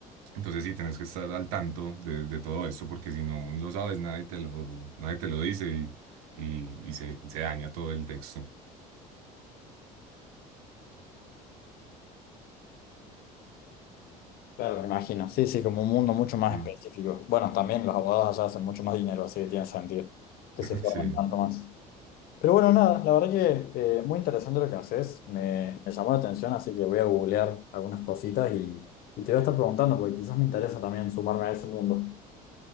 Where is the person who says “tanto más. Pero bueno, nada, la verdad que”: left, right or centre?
Left